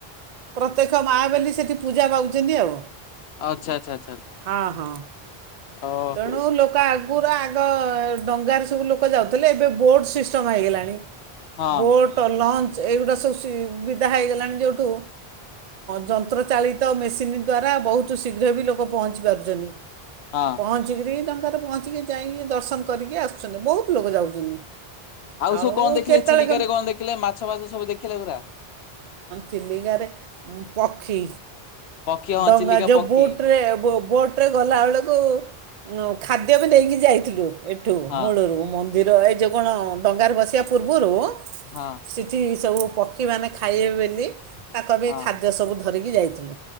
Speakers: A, on the right; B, on the left.
A: ପ୍ରତ୍ୟକ୍ଷ ମା ବୋଲି ସେଠି ପୂଜା ପାଉଛନ୍ତି ଆଉ
B: ଆଚ୍ଛା ଆଚ୍ଛ।
A: ହଁ ହଁ।
B: ଓହୋ
A: ତଣୁ ଲୋକ ଆ ଆଗରୁ ଆଗ ଡଙ୍ଗାରେ ସବୁ ଲୋକ ଯାଉଥିଲେ ଏବେ ବୋର୍ଡ ସିଷ୍ଟମ ହେଇଗଲାଣି।
B: ହଁ
A: ବୋଟ ଲଞ୍ଚ ଏଇଗୁଡ଼ା ସବୁ ସୁବିଧା ହେଇଗଲାଣି ଯେଉଁଠୁ ଯନ୍ତ୍ର ଚାାଳିତ ମେସିନ୍ ଦ୍ଵାରା ବହୁତ ଶୀଘ୍ର ବି ଲୋକ ପହଞ୍ଚି ପାରୁଛନ୍ତି।
B: ହଁ
A: ପଞ୍ଚଗ୍ର୍ରୀ ଦ ରେ ପହଞ୍ଚିକି ଯାଇକି ଦର୍ଶନ କରିକି ଆସୁଛନ୍ତି ବହୁତ ଲୋକ ଯାଉଛନ୍ତି। ଆଉ
B: ସବୁ କଣ ଦେଖିଲେ
A: କେତେବେଳେ
B: ଚିଲିକାରେ
A: କେ
B: କଣ ଦେଖିଲେ ମାଛ ଫାଛ ସବୁ ଦେଖିଲେ ପୁରା?
A: ଚିଲିକାରେ ପକ୍ଷୀ
B: ପକ୍ଷୀ ହଁ
A: ଡଙ୍ଗା
B: ଚିଲିକା
A: ଯେଉ
B: ପକ୍ଷୀ
A: ବୋଟରେ ବୋଟରେ ଗଲାବେେଳକୁ ହ ଖାଦ୍ୟ ବି ନେଇକି ଯାଇଥିଲୁ। ଏଠୁ
B: ହଁ
A: ମୁଳରୁ ମୁ ଧିର ଏ ଯେଉ କଣ ଡଙ୍ଗାରେ ବସିବା ପୂର୍ବରୁ
B: ହଁ।
A: ସେଠି ସବୁ ପକ୍ଷୀମାନେ ଖାଇବେ ବୋଲି ତାଙ୍କ ବି
B: ହଁ
A: ଖାଦ୍ୟ ସବୁ ଧରିକି ଯାଇଥିଲୁ।